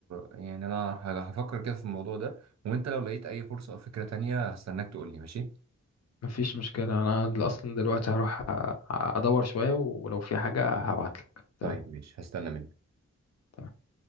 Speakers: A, on the right; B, on the left.
A: يعني أنا ه- هفكر كده في الموضوع ده وأنت لو لقيت أي فرصة أو فكرة تانية هستناك تقولي ماشي؟
B: مفيش مشكلة أنا أصلا دلوقتي هروح أ- أدور شوية ولو في حاجة هبعتلك تمام
A: طيب ماشي هستنى منك
B: تمام